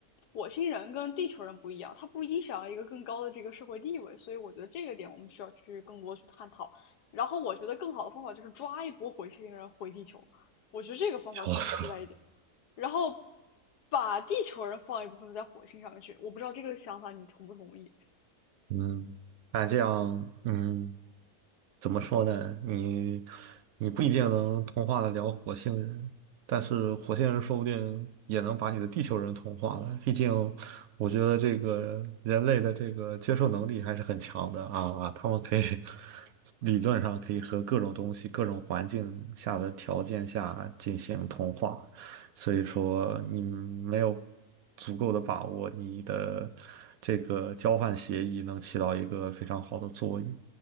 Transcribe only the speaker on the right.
笑死了。
嗯，那这样，嗯。怎么说呢？你你不一定能同化得了火星人，但是火星人说不定也能把你的地球人同化了。毕竟，我觉得这个人类的这个接受能力还是很强的啊，啊他们可以 <laughs> 理论上可以和各种东西、各种环境下的条件下进行同化。所以说，你没有足够的把握，你的这个交换协议能起到一个非常好的作用。